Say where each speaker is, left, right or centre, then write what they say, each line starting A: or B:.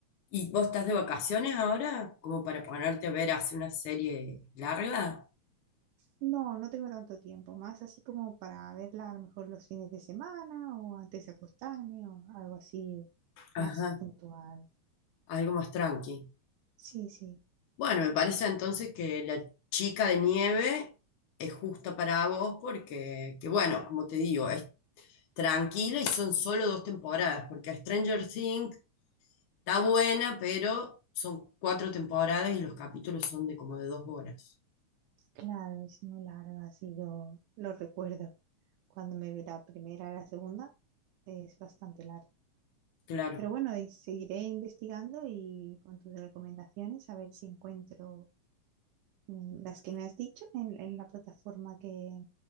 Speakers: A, on the left; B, on the right.
A: ¿Y vos estás de vacaciones ahora? Como para ponerte a ver hace una serie larga.
B: No, no tengo tanto tiempo, más así como para verla a lo mejor los fines de semana o antes de acostarme o algo así
A: Ajá,
B: más puntual.
A: algo más tranqui.
B: Sí, sí,
A: Bueno, me parece entonces que la chica de nieve es justa para vos porque, que bueno, como te digo, es tranquila y son solo dos temporadas, porque Stranger Things está buena, pero son cuatro temporadas y los capítulos son de como de dos horas.
B: claro, es muy larga, así yo lo recuerdo. Cuando me vi la primera y la segunda, es bastante larga.
A: Claro.
B: Pero bueno, y seguiré investigando y con tus recomendaciones a ver si encuentro mm, las que me has dicho en, en la plataforma que,